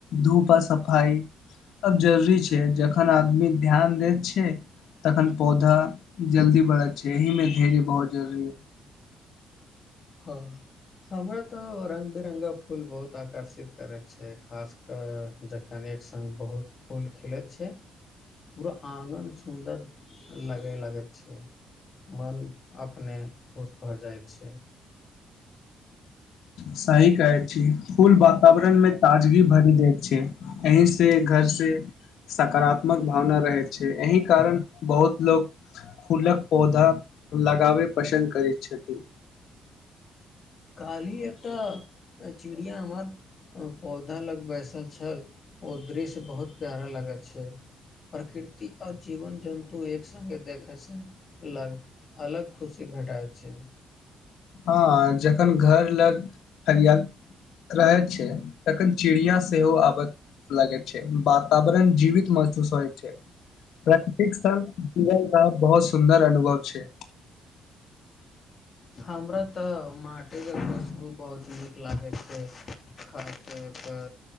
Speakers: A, on the left; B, on the left.
A: धूप पर सफाई सब जरूरी छै जखन आदमी ध्यान देैत छै तखन पौधा जल्दी बढ़त छै एहि मे बहुत जरूरी
B: हँ हमरा तऽ रङ्ंगग बिरङ्गक फूल बहुत आकर्षित करैत छै खास कऽ जखन एक सङ्ग बहुत फूल खिलैत छै पूरा आङ्गन सुन्दर लगय लगैत छै मन अपने खुश भऽ जाइत छै
A: सही कहै छी फूल वातावरण मे ताजगी भरि जाय छै एहि से घर से सकारात्मक भावना रहै छै एहि कारण बहुत लोको फूलक पौधा लगाबै पसन्द करैत छथिन
B: काल्हि एकटा चिड़िया हमर पौधा लग बैसल छल ओ दृश्य बहुत प्यारा लगैत छै प्रकृति आ जीवन जन्तु एक सङ्गे देखयसँ अगल अलग खुशी भेटाइत छै
A: हँ जखन घर लग हरियाल रहैत छै तखन चिड़िया सेहो आबत लगै छै वातावरण जीवित महसूस होइ छै प्राकृतिक सङ्ग जीवल रहै बहुत सुन्दर अनुभव छै
B: हमरा तऽ माटिके खुशबू बहुत नीक लागैत छै खास कऽ कऽ